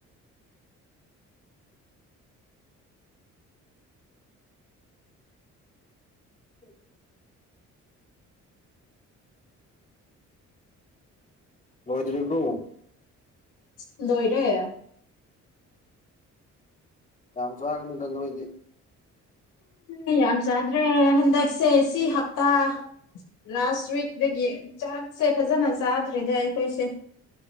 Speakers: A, on the left (about 25°); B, on the left (about 85°).
A: ꯎꯝ ꯂꯣꯏꯗꯔꯤ꯭ꯔꯎ
B: ꯂꯣꯏꯔꯦ
A: ꯆꯁ ꯍꯥꯏꯒꯅ ꯇ ꯅꯣꯣꯏꯗꯤ
B: ꯑ ꯌꯥꯝ ꯆꯗ꯭ꯔꯦ ꯍ ꯆꯥꯛꯁꯦ ꯁꯤ ꯍꯞꯇꯥ ꯂꯥꯁ ꯋꯤꯛꯇꯒꯤ ꯆꯥꯛꯁꯦ ꯐꯖꯅ ꯆꯥꯗ꯭ꯔꯦꯗ ꯑꯩ ꯀꯁ